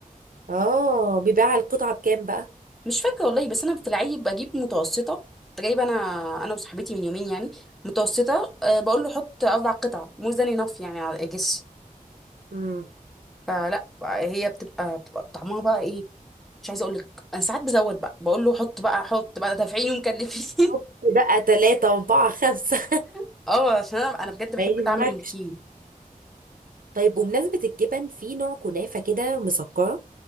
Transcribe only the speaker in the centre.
مش فاكره والله بس انا بتلاقي بجيب متوسطه كنت جايبه انا انا وصاحبتي من يومين يعني متوسطه أه بقول له حط اربع قطع مور ذان انف يعني على اجس
فلا هي بتبقى بتبقى طعمها بقى ايه مش عايزه اقول لك انا ساعات بزود بقى بقول له حط بقى حط بقى دافعيني ومكلفين
<laughs> اه عشان انا انا بجد بحب
طعم الكيوي